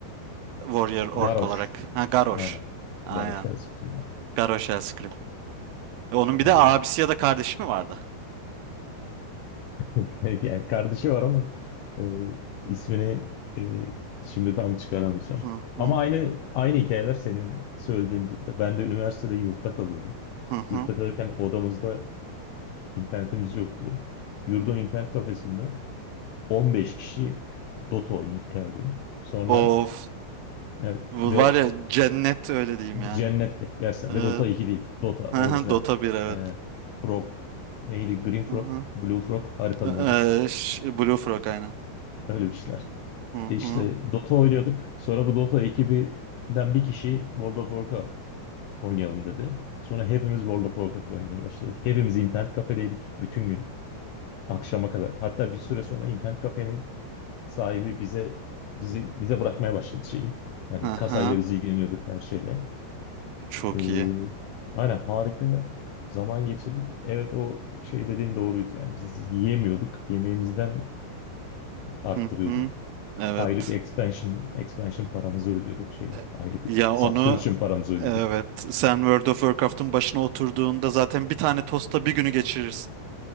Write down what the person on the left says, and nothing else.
Garrosh.
Aynen.
Garrosh Hellscream var.
Aynen.
<laughs> Yani kardeşi var ama e, ismini e, şimdi tam çıkaramayacağım.
Ama aynı aynı hikayeler senin söylediğin gibi de. Ben de üniversitede yurtta kalıyordum.
Yurtta kalırken odamızda İnternetimiz yoktu. Yurdun internet kafesinde 15 kişi Dota oynuyorduk her gün. Sonra
evet,
ve
cennette gerçekten
ve Dota iki değil. Dota orijinal.
Ee, Frog neydi? Green Frog,
Blue Frog haritanın
adı.
Öyle bir şeyler.
E İşte
Dota oynuyorduk. Sonra bu Dota ekibinden bir kişi World of Warcraft oynayalım dedi. Sonra hepimiz World of Warcraft oynamaya başladık. Hepimiz internet kafedeydik bütün gün akşama kadar. Hatta bir süre sonra internet kafenin sahibi bize bizi bize bırakmaya başladı şeyi. Hani
kasayla bizi ilgileniyorduk her şeyle.
Ee,
aynen harika zaman geçirdik. Evet o şey dediğin doğruydu yani biz yiyemiyorduk. Yemeğimizden arttırıyorduk.
Aylık expansion expansion paramızı ödüyorduk şey.
Aylık
subscription
paramızı ödüyorduk.